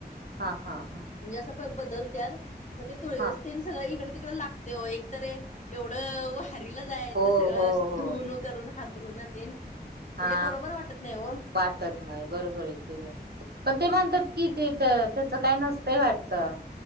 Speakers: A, on the right; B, on the left.
A: हा हा हा.
B: म्हणजे असं पद बदलत्यात म ते तूळीस
A: हा
B: तेन सगळं इकडं तिकडं लाग ते यो एकतरी एवढं वारीला जायचं
A: हो
B: सगळंच
A: हो हो
B: धुऊन करून हातरून तेन
A: हा
B: मग ते बरोबर वाटत नाही हो.
A: वाटत नाही बरोबर आहे की गं. पण ते माणतात कि ते तर त्याच काय नसतंय वाटतं.